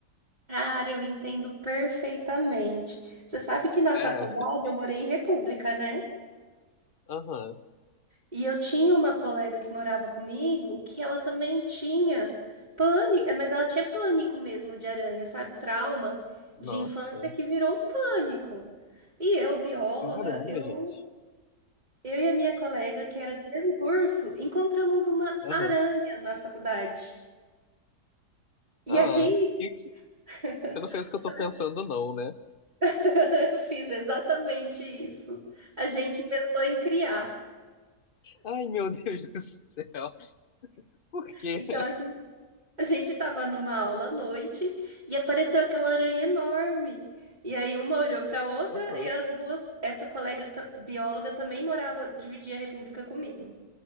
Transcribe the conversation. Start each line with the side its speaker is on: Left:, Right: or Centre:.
Right: Cara, eu entendo perfeitamente. Você sabe que na faculdade
Left: É,
Right: eu morei em república, né?
Left: aham.
Right: E eu tinha uma colega que morava comigo que ela também tinha pânico, mas ela tinha pânico mesmo de aranha, sabe? Trauma
Left: Nossa.
Right: de infância que virou um pânico. E eu, bióloga,
Left: Caramba,
Right: eu,
Left: gente.
Right: eu e a minha colega, que era do mesmo curso, encontramos uma
Left: Aham.
Right: aranha na faculdade. E
Left: Ah,
Right: aí,
Left: que que cê-
Right: <laughs>
Left: você não fez o que
Right: você
Left: eu tô pensando, não, né?
Right: vai- <laughs> fiz exatamente isso. A gente pensou em criar.
Left: Ai, meu <laughs> Deus do céu. Por quê?
Right: Então a gente A gente tava numa aula à noite e apareceu aquela aranha enorme. E aí uma olhou pra outra
Left: Aham.
Right: e as duas, essa colega ta- bióloga também morava, dividia a república comigo.